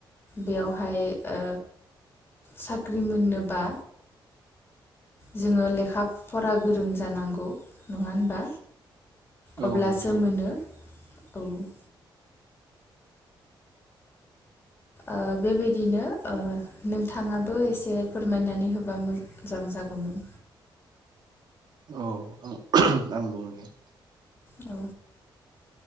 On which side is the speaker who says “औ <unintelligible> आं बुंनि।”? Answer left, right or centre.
Right